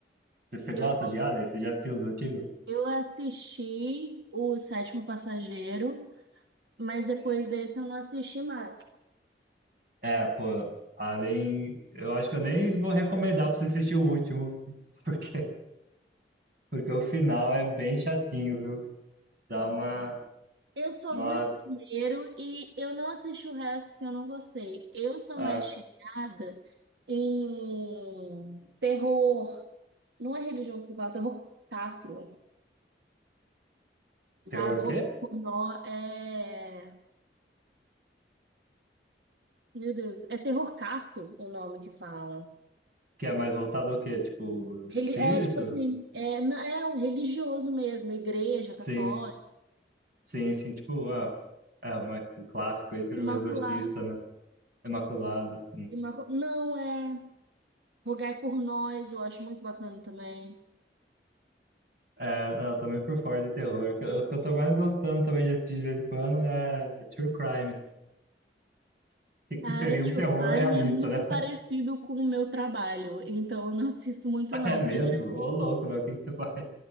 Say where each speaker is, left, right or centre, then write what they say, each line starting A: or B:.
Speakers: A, on the right; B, on the right.
A: Você você gosta
B: Eu gosto.
A: de Alien? Você já assistiu os antigos?
B: Eu assisti o Sétimo Passageiro, mas depois desse eu não assisti mais.
A: É, pô, Alien, eu acho que eu nem vou recomendar pra você assistir o último, <laughs> porque, porque o final é bem chatinho, viu? Dá uma.
B: Eu só
A: Nossa.
B: vi o primeiro e eu não assisti o resto porque eu não gostei. Eu sou
A: Ah,
B: mais chegada em terror, não é religioso que fala, terror castro, sabe?
A: terror o quê?
B: Terror pornô é, meu Deus, é terror casto o nome que fala.
A: Que é mais voltado ao quê? Tipo, espírito?
B: Reli- É tipo assim, é, não- é um religioso mesmo, igreja
A: Sim,
B: católica,
A: sim, sim. Tipo, ah, é uma, o clássico aí seria
B: imaculada,
A: o Exorcista, né? Imaculado, sim.
B: imacu- não é, rogai por nós, eu acho muito bacana também.
A: É, não, eu tô meio por fora de terror. O que eu o que eu tô mais gostando também de assistir de vez em quando é True Crime, que, que
B: Cara,
A: seria
B: True
A: um terror
B: Crime
A: realista,
B: é muito
A: né? <laughs>
B: parecido com o meu trabalho, então eu não assisto muito não,
A: É mesmo?
B: porque já-
A: Ô louco, meu, o que que você faz?